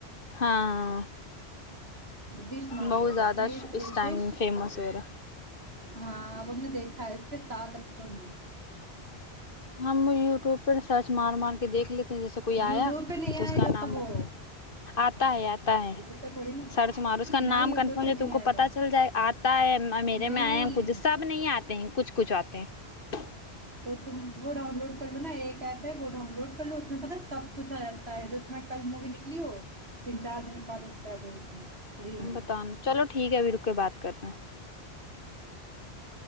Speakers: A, on the left; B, on the right.
A: ہاں
B: وش مانگنے
A: بہت
B: والا
A: زیادہ
B: اپنا یہ
A: اس
B: وشش
A: ٹائم فیمس ہورہا
B: ہاں اب ہم نے دیکھا ہے اس کے ساتھ ایپیسوڈ
A: ہم یوٹیوب پر سرچ مار مار کے کے دیکھ لیتے جیسے کوئی
B: یوٹیوب
A: آیا
B: پہ نہیں
A: تو
B: آئے
A: اس کا
B: گا
A: نام
B: وہ
A: بتا آتا ہے آتا ہے
B: یوٹیوب پہ تھوڑی نا
A: سرچ مارو اس کا
B: نہیں
A: نام
B: یوٹیوب
A: کنفرم
B: پہ
A: جو
B: نہیں
A: تم کو
B: آئے
A: پتا
B: گا
A: چل جائے آتا ہے میں میرے
B: نہیں
A: میں آیا کچھ سب نہیں آتے ہیں کچھ کچھ آتے ہیں
B: تو تم وہ ڈاؤن لوڈ کر لو نا ایک ایپ ہے وہ ڈاؤن لوڈ کر لو اس میں پتا سب کچھ آ جاتا ہے جو تمہیں کل موی نکلی ہو تین چار دن کے بعد اس پہ آ جائے گی فری میں
A: بتانا چلو ٹھیک ہے ابھی رک کے بات کرنا